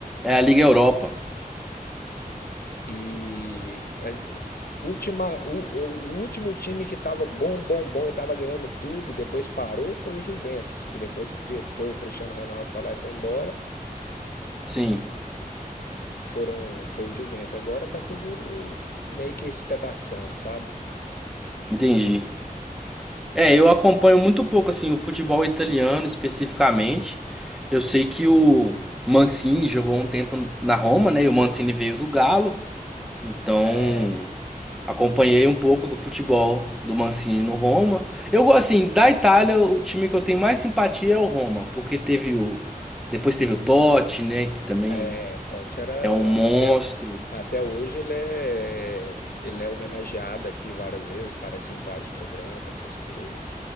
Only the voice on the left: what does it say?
E a- última, o, o o último time que estava bom, bom, bom e estava ganhando tudo e depois parou foi o Juventus, que depois que foi o Cristiano Ronaldo para lá e foi embora,
foram foi o Juventus. Agora tá tudo meio que espedaçando, sabe?
É,
é, o Totti era
até até hoje ele é ele é homenageado aqui várias vezes, aparece em vários programas, essas coisas.